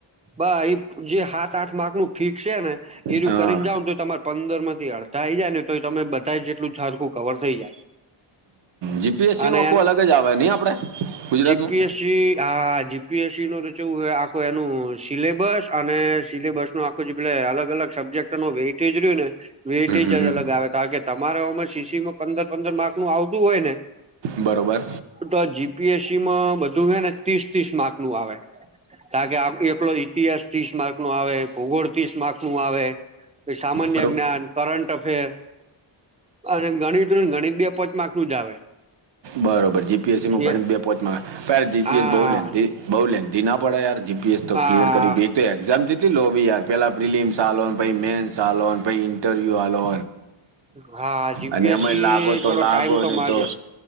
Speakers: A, on the right (about 15°); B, on the right (about 65°).
A: બ એ જે સાાત આઠ માક નું ફિકસ છે ને એજ
B: હા,
A: કરીને જાવ ને તો તમાર પંદર માંથી અડધા આઈ જાય ને તો તમે બધા જ જેટલું છડખું કવર થઈ જાય
B: જીપીએસસી
A: અને
B: નું આખું અલગ જ આવે નહીં આપણે ગુજરાતમાં
A: જી પી એસ છી હા જીપીએસસી નો તો ચવું હોય આખુ એનું સિલેબસ અને સિલેબસ નો આખું જે પેલે અલગ અલગ સબ્જેક્ટ નો વેઇટેજ રહ્યું ને વેટ જ
B: હમ હમ.
A: અલગ આવે કારણ કે તમારે ઓ સીસીમાં પંદર પંદર માર્ક નું આવતું હોય ને
B: બરોબર
A: તો જી પી એસ સી માં બધું હે ને તતીસ તીસ માર્ક નું આવે કારણ કે આ <unintelligible> ઈતિહાસ તીસ માર્ક નો આવે ભૂગોળ તતીસ માર્ક નું આવે કે સામાન્ય
B: બરોબર
A: જ્ઞાન કરંટ અફેર અને ગણીત હોય ગણિત બે પાંચમાર્ક નું જ આવે
B: બરોબર જી પી એસ સી માં ઘણી
A: એ
B: જ બે પોચમાં તારે જી પી
A: આ
B: એસ બહુ લેંથી થી બહુ લેંથી ના પડે યાર જી પી એસ તો
A: આ
B: ક્લિયર કરી બે તો એક્ઝામ કેટલી લોબી યાર પેલાં ફિલિમ્સ આલો ન પહી મેન્સો આલો મ પહી ઇન્ટરવ્યુ આલો
A: હા જીપીએસસી
B: અને એમાય લાગો
A: થોડો
B: તો
A: ટાઈમ
B: લાગો નહી
A: માગે
B: તો